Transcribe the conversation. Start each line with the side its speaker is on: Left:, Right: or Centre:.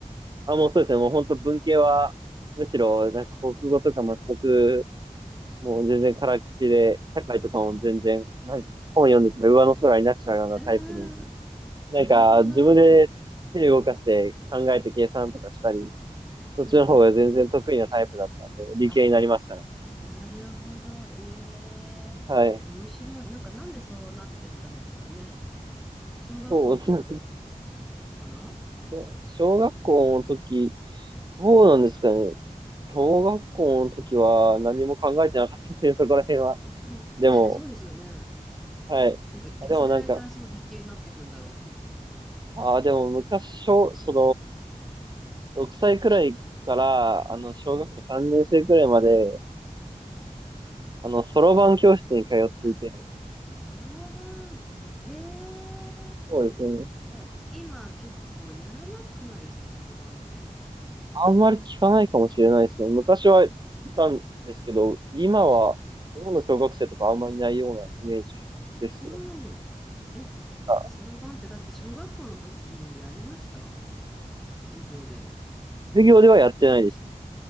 Right: あ、もうそうですね。もう本当文系は、むしろ、なんか国語とか全く、もう全然からっきしで、社会とかも全然、
Centre: ええ
Right: なんか本読んでても上の空になっちゃうようなタイプで、
Centre: ええなるほど。
Right: なんか、自分で手動かして考えて計算とかしたり、
Centre: うん
Right: そっちの方が全然得意なタイプだったんで、
Centre: うんうん。
Right: 理系になりましたね。
Centre: あ、なるほど。ええ面白い。
Right: はい。
Centre: なんかなんでそうなってったんですかね。小学校の時とかは
Right: そう、<laughs>
Centre: から
Right: 小小学校の時、どうなんですかね。小学校の時は何も考えてなかったですね、そこら辺は。
Centre: ね、
Right: でも、
Centre: ね、そうですよね。
Right: はい。
Centre: なんかいつぐらいからそう理系になっていくんだろうと思って。
Right: でもなんか、ああ、でも昔、小、その、6歳くらいから、
Centre: うん
Right: あの、小学校3年生くらいまで、
Centre: はい。
Right: あの、そろばん教室に通っていて、
Centre: あ、そろばん。ええ
Right: そうですね。
Centre: なんか今結構やらなくないですか、そろばんって。
Right: あんまり聞かないかもしれないですね。昔はいたんですけど、
Centre: うん。
Right: 今は、
Centre: うんうん。
Right: 今の小学生とかあんまりいないようなイメージです。
Centre: うんえ、
Right: あ、
Centre: そろばんってだって小学校の時にやりました授業で。
Right: 授業ではやってないです。やっ